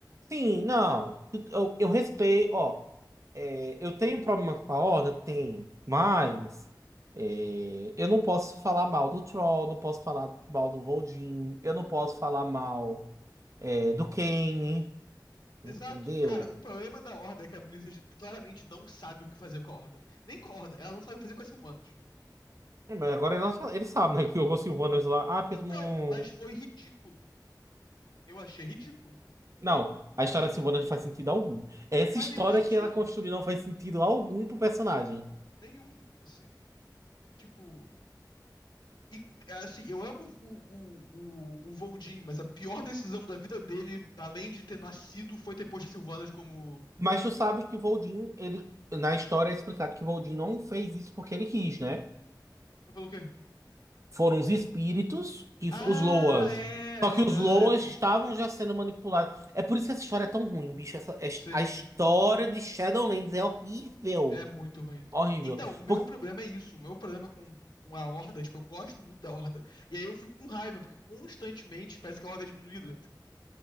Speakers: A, on the right (about 45°); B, on the left (about 80°).
A: Sim, não. Eu, eu respeito, ó. é, eu tenho problema com a Horda? Tenho. Mas é, eu não posso falar mal do Troll, não posso falar mal do Voldin, eu não posso falar mal é, do Kane, entendeu?
B: Exato. Cara, o problema da Horda é que a Blizzard claramente não sabe o que fazer com a Horda. Nem com a Horda, ela não sabe o que fazer com as Sylvanas.
A: É, Mas agora eles, eles sabem, né? Que jogou Sylvanas lá. Ah, porque
B: Então,
A: tu não.
B: mas foi ridículo. Eu achei ridículo.
A: Não, a história da Silvana não faz sentido algum. Essa
B: Não faz
A: história
B: nenhum sentido.
A: que ela construiu não faz sentido algum pro personagem.
B: Nenhum, assim. Tipo. E, assim, eu amo o, o, o, o Voldin, mas a pior decisão da vida dele, além de ter nascido, foi ter posto as Sylvanas como.
A: Mas tu sabe que o Voldin, ele, na história é explicado que o Voldin não fez isso porque ele quis, né?
B: Foi pelo quê?
A: Foram os espíritos e
B: Ah,
A: f- os Loas.
B: é,
A: Só
B: verdade.
A: que os Loas estavam já sendo manipulados. É por isso que essa história é tão ruim, bicho. Essa, es-
B: Sim.
A: a história de Shadowlands é horrível.
B: É muito ruim.
A: Horrível.
B: Então, o meu
A: Porque
B: problema é isso. O meu problema com, com a Horda, tipo, eu gosto muito da Horda. E aí eu fico com raiva, porque constantemente parece que a Horda é diminuída. Tipo,